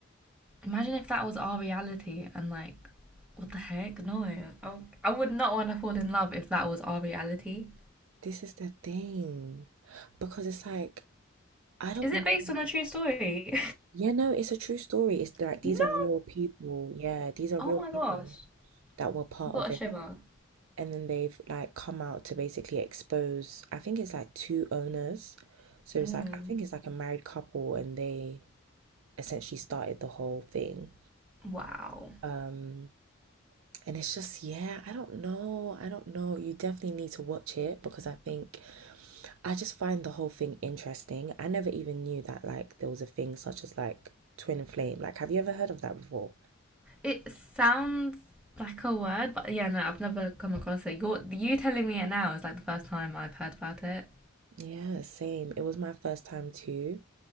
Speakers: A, in the centre; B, on the right (about 70°).
A: Imagine if that was our reality and like, what the heck? No, I, I would not want to fall in love if that was our reality.
B: This is the thing. Because it's like, I don't
A: Is
B: know.
A: it based on a true story?
B: Yeah, no, it's a true story. It's
A: <laughs>
B: like these
A: no!
B: are real people. Yeah, these are
A: Oh
B: real
A: my gosh.
B: people that were part
A: I got
B: of
A: a
B: it.
A: shiver.
B: And then they've like come out to basically expose, I think it's like two owners. So it's
A: Mm.
B: like, I think it's like a married couple and they essentially started the whole thing.
A: Wow.
B: Um, And it's just, yeah, I don't know. I don't know. You definitely need to watch it because I think I just find the whole thing interesting. I never even knew that like there was a thing such as like twin flame. Like, have you ever heard of that before?
A: It sounds like a word, but yeah, no, I've never come across it. You're, you telling me it now is like the first time I've heard about it.
B: Yeah, same. It was my first time too,